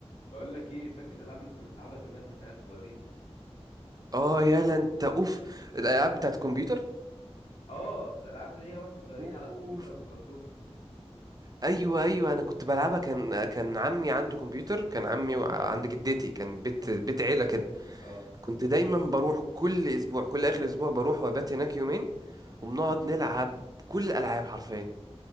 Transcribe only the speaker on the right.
اه يلا انت اوف الالعاب بتاعت الكمبيوتر
اوف
ايوه ايوه انا كنت بلعبها كان كان عمي عنده كمبيوتر كان عمي وع- عند جدتي كان بيت بيت عيله كده
كنت دايما بروح كل اسبوع كل اخر اسبوع بروح وابات هناك يومين وبنقعد نلعب كل الالعاب حرفيا